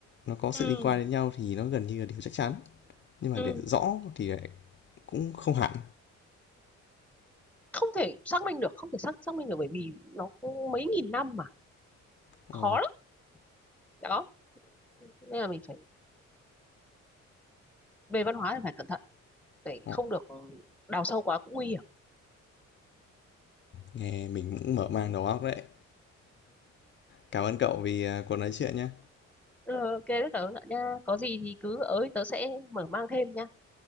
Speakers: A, on the left (about 40°); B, in the centre.
A: nó có sự
B: Ừ.
A: liên quan đến nhau thì nó gần như là điều chắc chắn nhưng
B: Ừ.
A: mà để rõ thì lại cũng không hẳn
B: không thể xác minh được không thể xác xác minh được bởi vì nó cũng mấy nghìn năm mà
A: Ờ,
B: khó lắm đó nên là mình phải về văn hóa thì phải cẩn thận để
A: ờ,
B: không được đào sâu quá cũng nguy hiểm
A: nghe mình cũng mở mang đầu óc đấy cảm ơn cậu vì ờ, cuộc nói chuyện nhé
B: Ừ, ok đấy tớ nha có gì thì cứ ở tớ sẽ mở mang thêm nha